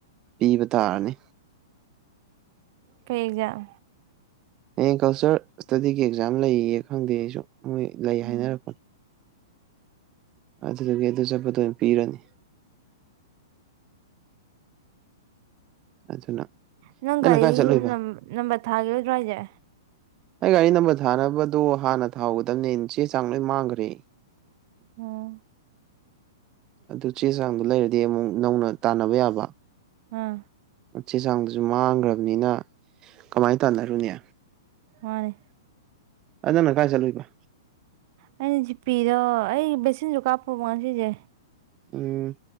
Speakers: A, on the right; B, on the right.
A: ꯄꯤꯕ ꯇꯥꯔꯅꯤ
B: ꯀꯩ ꯑꯦꯛꯖꯥꯝ
A: ꯍꯌꯦꯡ ꯀꯜꯆꯔ ꯏꯁꯇꯗꯤꯒꯤ ꯑꯦꯛꯖꯥꯝ ꯂꯩꯌꯦꯌꯦ ꯈꯪꯗꯦ ꯑꯩꯁꯨ ꯃꯣꯏ ꯂꯩ ꯍꯥꯏꯅꯔꯛꯄꯅꯤ
B: ꯎꯝ
A: ꯑꯗꯨꯗꯒꯤ ꯑꯗꯨ ꯆꯠꯄꯗ ꯑꯣꯏꯅ ꯄꯤꯔꯅꯤ ꯑꯗꯨꯅ
B: ꯅꯪ
A: ꯅꯪꯅ
B: ꯒꯥꯔꯤ
A: ꯀꯥꯏ ꯆꯠꯂꯨꯏꯕ
B: ꯅꯝ ꯅꯝꯕꯔ ꯊꯥꯒꯤꯔꯣꯏꯗ꯭ꯔꯣ ꯍꯥꯏꯁꯦ
A: ꯑꯩ ꯒꯥꯔꯤ ꯅꯝꯕꯔ ꯊꯥꯅꯕꯗꯨ ꯍꯥꯟꯅ ꯊꯥꯎꯒꯗꯝꯅꯦ ꯆꯦ ꯆꯥꯡ ꯂꯣꯏ ꯃꯥꯡꯒ꯭ꯔꯦ
B: ꯑꯝ
A: ꯑꯗꯨ ꯆꯦ ꯆꯥꯡꯗꯨ ꯂꯩꯔꯗꯤ ꯑꯃꯨꯛ ꯅꯧꯅ ꯇꯥꯟꯅꯕ ꯌꯥꯕ
B: ꯑꯝ
A: ꯆꯦ ꯆꯥꯡꯗꯨꯁꯨ ꯃꯥꯡꯒ꯭ꯔꯝꯅꯤꯅ ꯀꯃꯥꯏꯟ ꯇꯥꯟꯅꯔꯨꯅꯤ
B: ꯃꯥꯅꯤ
A: ꯅꯪꯅ ꯀꯥꯏ ꯆꯠꯂꯨꯏꯕ
B: ꯑꯩꯅ ꯖꯤ ꯄꯤꯗ ꯑꯩ ꯕꯦꯁꯤꯟꯖꯨ ꯀꯥꯞꯄꯨꯕ ꯉꯁꯤꯖꯦ
A: ꯎꯝ